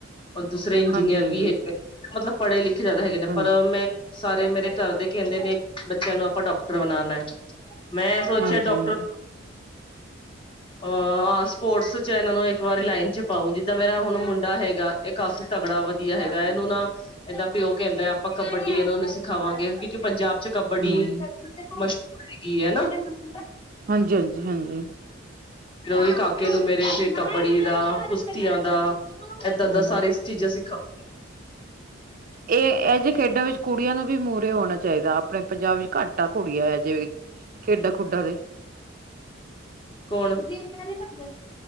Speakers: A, on the left; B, on the right.
A: ਔਰ ਦੂਸਰੇ ਇੰਜੀਨੀਅਰ
B: ਹਾਂਜੀ ਹਾਂਜੀ।
A: ਵੀ ਹੈਗੇ ਨੇ, ਮਤਲਬ ਪੜੇ ਲਿਖੇ ਜਾਦਾ ਹੈਗੇ ਨੇ
B: ਹਾਂਜੀ
A: ਪਰ ਮੈਂ ਸਾਰੇ ਮੇਰੇ ਘਰ ਦੇ ਕੈਂਦੇ ਨੇ ਬੱਚੇਆਂ ਨੂੰ ਆਪਾਂ ਡੋਕਟਰ ਬਨਾਨਾ। ਮੈਂ ਸੋਚੇਆ
B: ਹਾਂਜੀ
A: ਡੋਕਟਰ
B: ਹਾਂਜੀ
A: ਅ ਆ ਸਪੋਰਟਸ ਚ ਏਨਾਂ ਨੂੰ ਇੱਕ ਵਾਰੀ ਲਾਈਨ ਚ ਪਾਓ ਜਿੱਦਾਂ ਮੇਰਾ ਹੁਨ ਮੁੰਡਾ ਹੈਗਾ ਏ ਕਾਫ਼ੀ ਤਗੜਾ ਵਦੀਆ ਹੈਗਾ ਏਨੂੰ ਨਾ ਏਦਾ ਪਿਓ ਕੈਂਦਾ ਆਪਾਂ ਕਬੱਡੀ ਐ ਓਨੂੰ ਸਿਖਾਵਾਂਗੇ ਕਿਓਂਕਿ ਪੰਜਾਬ ਚ ਕਬੱਡੀ
B: ਹਮ
A: ਮਸ਼ ਹੈਗੀ ਐ ਨਾ, ਤੈਨੂੰ ਕੀ ਹੁੰਦਾ
B: ਹਾਂਜੀ-ਹਾਂਜੀ-ਹਾਂਜੀ।
A: ਫੇਰ ਓਈ ਕਾਕੇ ਨੂੰ ਮੇਰੇ ਫਿਰ ਕੱਬੜੀ ਦਾ ਕੁਸ਼ਤੀਆਂ ਦਾ ਏਦਾਂ-ਏਦਾਂ
B: ਹਮ
A: ਸਾਰੀ ਚੀਜ਼ਾਂ ਸਿੱਖਾਊਂਂ।
B: ਏ ਐਈ ਜੀ ਖੇਡਾਂ ਵਿੱਚ ਕੁੜੀਆਂ ਨੂੰ ਵੀ ਮੂਰੇ ਹੋਨਾ ਚਾਈਦਾ ਆਪਨੇ ਪੰਜਾਬ ਵਿੱਚ ਘੱਟ ਐ ਕੁੜੀਆਂ ਹਜੇ ਵੀ ਖੇਡਾਂ ਖੂਡਾਂ ਦੇ
A: ਕੋਨ ਜਿਨਾਂ ਦੇ <unintelligible> ਆਈ